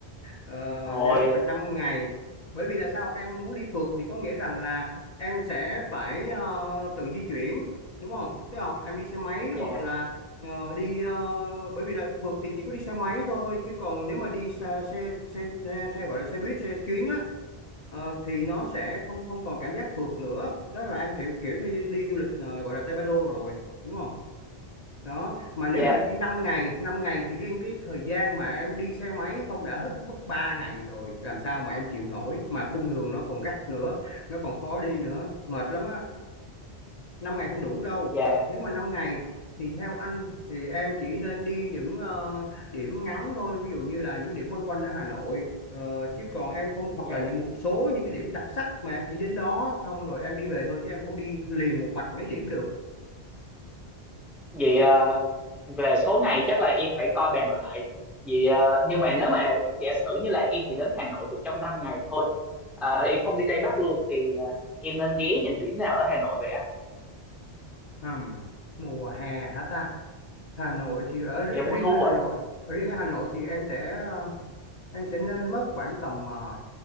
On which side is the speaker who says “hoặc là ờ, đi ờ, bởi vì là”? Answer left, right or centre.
Left